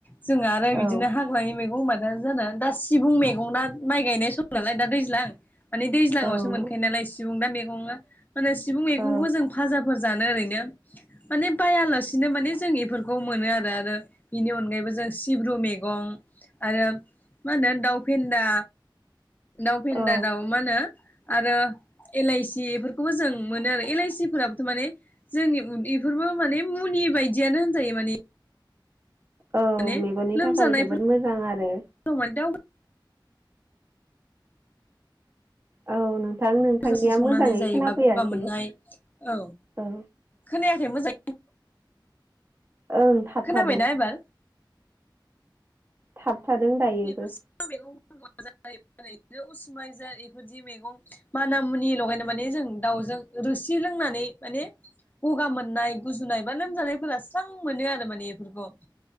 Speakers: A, on the left; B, on the right.
A: जों आरो बिदिनो
B: औ
A: हाग्रानि मै <unintelligible> दा जानो दा सिबुं मैगंना माइ गायनाय सम नालाय दा दैज्लां माने दैज्लांआवसो
B: औ
A: मोनखायो नालाय सिबुं दा मैगङा मानो सिबुं मैगंखौ
B: औ
A: जों फाजाफोर जानो ओरैनो माने बायालासिनो माने जों इफोरखौ मोनो आरो आरो इनि अनगायैबो जों सिब्रु मैगं आरो मा होनो दाउ फेन्दा दाउ फेन्दा
B: औ
A: दाउ मा होनो आरो एलाइसि इफोरखौबो जों मोनो आरो एलइसि फोराबोथ' माने जोंनि इफोरबो माने मुलि लि बायदियानो होनजायो माने।
B: औ
A: माने
B: मेगननि
A: लोमजानायफोराव
B: थाखाय जोबोद मोजां आरो।
A: माने दाउ
B: औ नों थां नोंथांनिया
A: गोजासि संनानै
B: मोजाङै
A: जायोबा
B: खोनाफैयासै
A: गगा मोननाय औ
B: औ।
A: खोनायाखै मोजां
B: ओं थाबथादों।
A: खोनाबायना एबार
B: थाबथादों दायोबो।
A: बेफोर <unintelligible> उसुमाय जा इफोरदि मैगं माना मुनि लगायना माने जों दाउ जों रोसि लोंनानै माने ग'गा मोननाय गुजुनाय बा लोमजानायफोरा स्रां मोनो आरो माने इफोरखौ